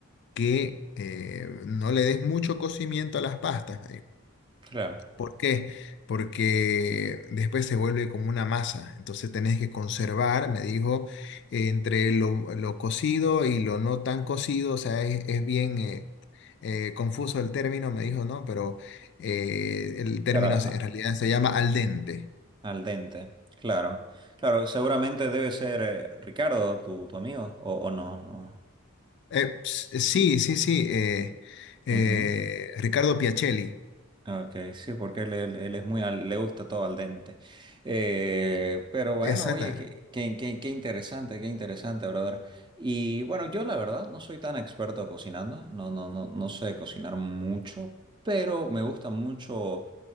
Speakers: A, on the left (about 50°); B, on the right (about 20°).
A: que eh, no le des mucho cocimiento a las pastas.
B: Claro.
A: ¿Por qué? Porque después se vuelve como una masa. Entonces tenés que conservar, me dijo, eh, entre lo, lo cocido y lo no tan cocido. O sea, es, es bien eh, eh, confuso el término, me dijo, ¿no? Pero eh, el término
B: Claro, a-
A: se- en realidad se llama al dente.
B: al dente. Claro. Claro, seguramente debe ser eh, Ricardo, tu, tu amigo, o, o no, no.
A: Eh, ps- eh, sí, sí, sí. eh, eh,
B: Ujú.
A: Ricardo Piacelli.
B: Ok, sí, porque él, él- él es muy, al- le gusta todo al dente. Eh, pero bueno,
A: Exacta.
B: oye, qué, qué, qué, qué interesante, qué interesante, brother. Y bueno, yo la verdad no soy tan experto cocinando, no, no, no, no sé cocinar mucho, pero me gusta mucho